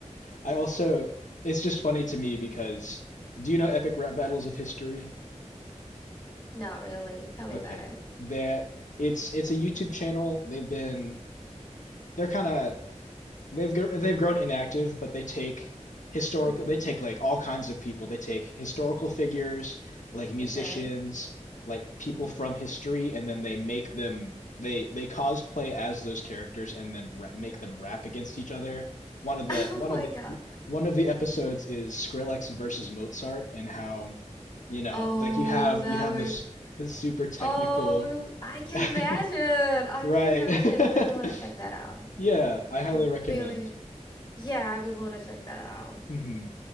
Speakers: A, on the left (about 80°); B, on the left (about 35°).
A: I also it's just funny to me because do you know Epic Rap Battles of History?
B: <laughs> Not really. Tell me
A: Okay.
B: about it.
A: That it's it's a YouTube channel. They've been they're kind of they've gr- they've grown inactive, but they take historical
B: Mm-hmm.
A: they take like all kinds of people. They take historical figures, like musicians,
B: Okay.
A: like people
B: Mm-hmm.
A: from history, and then they make them they they cosplay as those characters and then ra make them rap against each other. One
B: <laughs>
A: of the
B: Oh
A: one
B: my
A: of the
B: God.
A: one of the episodes is Skrillex versus Mozart and how, you know,
B: Oh,
A: like you have
B: that
A: you have
B: would.
A: this this super technical
B: Oh, I can
A: <laughs>
B: imagine. I
A: Right.
B: can imagine. I really
A: <laughs>
B: want to check that out.
A: Yeah, I highly
B: It
A: recommend.
B: really. Yeah, I would want to check that out. <laughs>
A: hmm